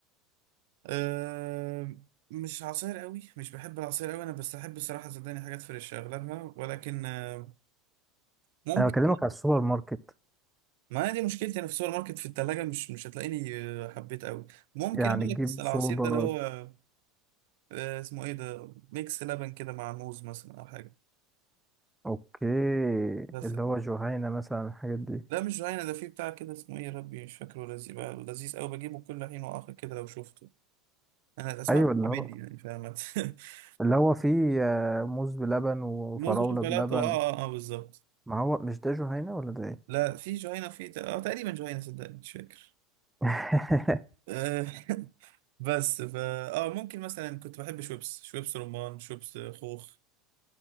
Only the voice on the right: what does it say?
أه مش عصير قوي مش بحب العصير قوي انا بس احب الصراحه صدقني حاجات فريش اغلبها ولكن آه، ممكن
ما أنا دي مشكلتي انا في السوبر ماركت في الثلاجه مش مش هتلاقيني آه، حبيت قوي ممكن
اقول
لك بس العصير
ده اللي هو آه، اسمه ايه ده ميكس لبن كده مع موز مثلا او حاجه
بس
ده مش جوانا ده فيه بتاع كده اسمه ايه يا ربي مش فاكره لذيذ بقى لذيذ قوي بجيبه كل حين واخر كده لو شفته انا الاسماء
بتقابلني
يعني فاهمة <laughs>
موز وشوكولاته
اه اه, آه بالظبط
لا في جهينة في ت- اه تقريبا جهينة صدقني مش فاكر
آه، <laughs> بس فا اه ممكن مثلا كنت بحب شويبس شويبس رمان شويبس خوخ